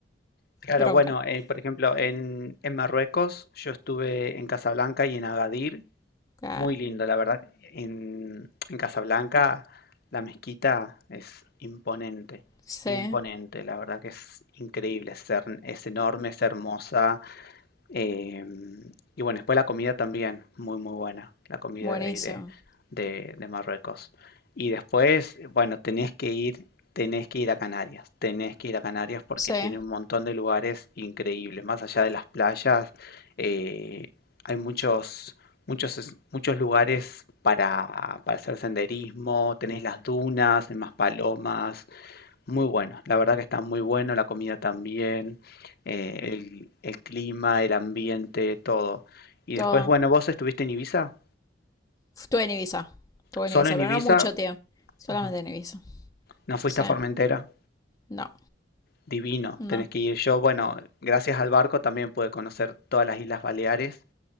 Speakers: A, on the left (about 55°); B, on the left (about 20°).
A: Claro,
B: Bronca.
A: bueno, eh, por ejemplo, en, en Marruecos yo estuve en Casablanca y en Agadir,
B: Ah,
A: muy lindo, la verdad. En, en Casablanca la mezquita es imponente,
B: sí,
A: imponente, la verdad que es increíble, es, her- es enorme, es hermosa, Eh, y bueno, después la comida también, muy muy buena, la comida
B: buenísimo.
A: de ahí de, de- de Marruecos. Y después, bueno, tenés que ir, tenés que ir a Canarias, tenés que ir a Canarias porque
B: Sí,
A: tiene un montón de lugares increíbles. Más allá de las playas, eh, hay muchos, muchos, es- muchos lugares para, para hacer senderismo, tenés las dunas, en Maspalomas, muy bueno, la verdad que está muy bueno, la comida también, eh, el, el clima, el ambiente, todo. Y
B: todo.
A: después, bueno, vos estuviste en Ibiza,
B: Estuve en Ibiza. Estuve
A: solo
B: en Ibiza,
A: en
B: pero
A: Ibiza,
B: no mucho, tío. Solamente
A: Ajá.
B: en Ibiza.
A: no fuiste
B: Sí,
A: a Formentera,
B: no,
A: divino,
B: no.
A: tenés que ir yo, bueno, gracias al barco también pude conocer todas las Islas Baleares,